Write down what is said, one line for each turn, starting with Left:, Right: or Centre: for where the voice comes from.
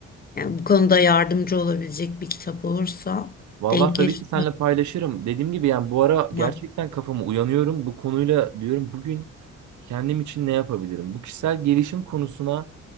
Left: Yani bu konuda yardımcı olabilecek bir kitap olursa
Right: Vallahi
Left: denk
Right: tabii
Left: gelirse
Right: ki seninle paylaşırım. Dediğim gibi yani bu ara
Left: tamam.
Right: gerçekten kafamı uyanıyorum. Bu konuyla diyorum bugün kendim için ne yapabilirim? Bu kişisel gelişim konusuna